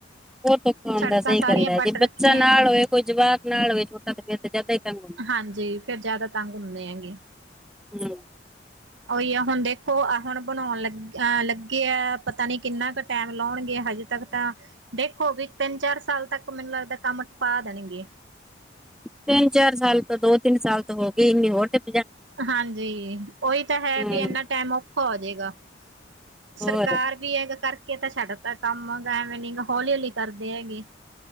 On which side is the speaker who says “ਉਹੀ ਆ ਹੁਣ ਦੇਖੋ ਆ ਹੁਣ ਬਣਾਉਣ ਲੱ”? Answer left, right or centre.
Right